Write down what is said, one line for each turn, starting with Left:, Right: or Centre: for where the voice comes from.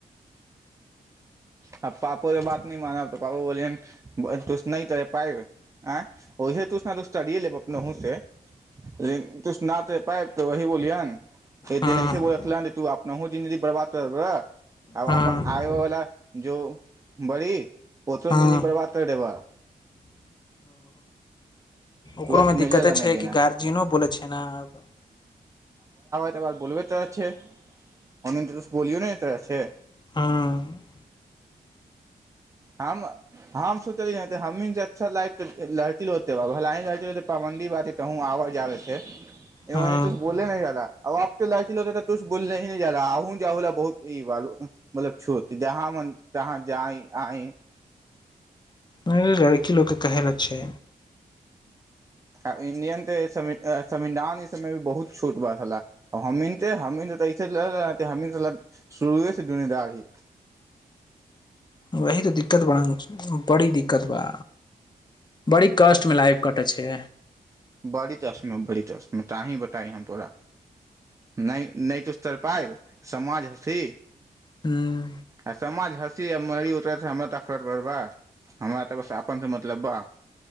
Right: आ पापोे बात न मान त पापो बोलिय तुस न तर पाब वह तरए लेब अपने ह से लेकिन तुस न तर पइब तऽ वह बोलियन एक
Left: हँ
Right: दिन ऐसे बोलत छल तू नहिहु जिन्ददी बर्बाद करबै आ
Left: हँ
Right: अपन आयवला जो बड़ी ओतरो
Left: हँ
Right: दिन भी बर्बाद कर देबह
Left: ओकरोमे
Right: पूरा सुनैले
Left: दिक्कते
Right: लऽ नहि
Left: छै
Right: देना
Left: कि गार्जियनो बोलै छै नेब
Right: बार बोलबे तो तऽ त बोलियौ ने तर छै
Left: हँ
Right: हम हम सोचलियै तऽ हमहीँ ने जे अच्छा लायक लड़की रहतै बाब भलाही लड़की रहतै पाबन्दी बात ह तहूँ आबर जाबै छै मने
Left: हँ
Right: त बोल नहि जाा आबब त ले त तु बोलल ही न जा आ जा ल बहुत ई मतल छ जहाँ म जहाँ जा आइ
Left: नहि लड़की लोकोे कहैल छै
Right: आ इं्डियन ते संविधान ई सभय भी बहुत छोट बात छले हमीने हमीनसे हमी शुरूएसँ जुमदार ही
Left: वही तऽ दिक्कत बड़ा बड़ी दिक्कत ब बड़ी कष्टमे लाइफ कटै छै
Right: बड़ी तस्म बड़ी तशम तहि बताय हम तोरा नहि नहि तऽ स्तर पायब समाज हथी
Left: ह्म
Right: आ समाज ह री उतर हमरा त फ पर बा हमरा तऽ बस अपन से मतलब बा